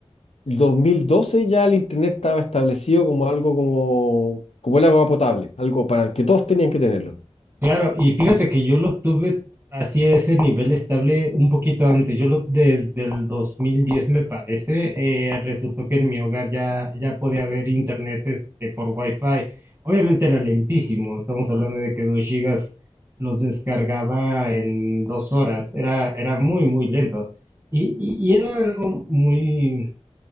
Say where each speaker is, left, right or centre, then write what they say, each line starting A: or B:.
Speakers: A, on the left; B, on the right.
A: 2012 ya el Internet estaba establecido como algo como, como el agua potable, algo para el que todos tenían que tenerlo.
B: Claro, y fíjate que yo lo tuve así a ese nivel estable un poquito antes. Yo lo desde el 2010 me parece. eh, resultó que en mi hogar ya, ya podía haber internet este, por Wi-Fi. Obviamente era lentísimo. Estamos hablando de que 2 gigas los descargaba en dos horas. Era, era muy, muy lento. Y, y, y era algo muy,